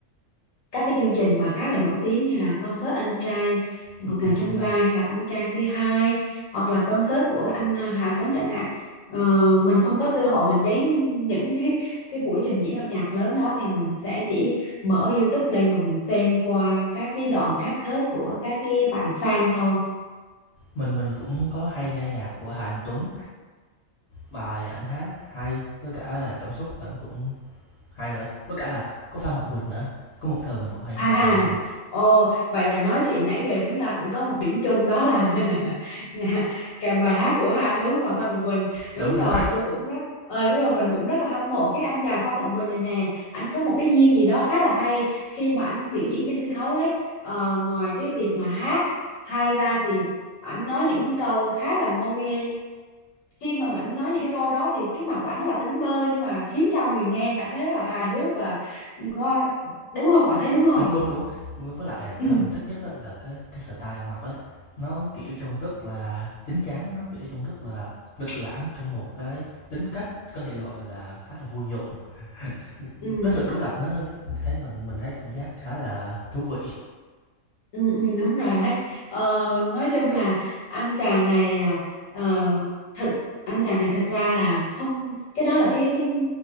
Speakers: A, on the left (about 80°); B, on the left (about 60°).
A: các cái chương trình mà khá là nổi tiếng như là concert anh trai vượt
B: Vượt ngàn
A: ngàn chông
B: chông gai.
A: gai hay là anh trai Say Hi hoặc là concert của anh à, Hà Anh Tuấn chẳng hạn Ờ, mình không có cơ hội mình đến những cái cái buổi trình diễn âm nhạc lớn đó thì mình sẽ chỉ mở YouTube lên và mình xem qua các cái đoạn cáp kết của các cái bạn fan thôi
B: Mình mình cũng có hay nghe nhạc của Hà Anh Tuấn, bài ảnh hát hay, với cả là cảm xúc của ảnh cũng hay nữa, với cả là có Phan Mạnh Quỳnh nữa, có một thời mình cũng hay
A: À,
B: nghe Phan Mạnh Quỳnh.
A: ồ, vậy là nói chuyện nãy giờ chúng ta cũng có một điểm chung đó là <laughs> nhà, cả bài hát của Hà Anh Tuấn và Phan Mạnh Quỳnh.
B: Đúng,
A: Đúng rồi,
B: đúng.
A: tôi cũng rất, ờ đúng rồi, mình cũng rất là hâm mộ cái anh chàng Phan Mạnh Quỳnh này nè. Anh có một cái duyên gì đó khá là hay khi mà anh biểu diễn trên sân khấu ấy. Ờ, ngoài cái việc mà hát hay ra thì anh nói những câu khá là ngô nghê. Khi mà anh nói những cái câu đó thì cái mặt của anh rất là tính bơ nhưng mà khiến cho người nghe cảm thấy rất là hài hước và ngo- đúng không? Bạn thấy đúng không?
B: Đúng, đúng, đúng. Với lại
A: Ừ.
B: cái mình thích nhất á là cái cái style ăn mặc ấy, nó, kiểu, trông rất là chín chắn, nó, kiểu, trông rất là lịch lãm trong một cái tính cách có thể gọi là khá là vui nhộn. Ừm,
A: Ừ,
B: cái sự đối lập nó thấy mình mình thấy cảm giác khá là thú vị.
A: ừ, ừ, đúng rồi đấy ờ, nói chung là anh chàng này à, ờ, thật anh chàng này thật ra là không cái đó là cái cái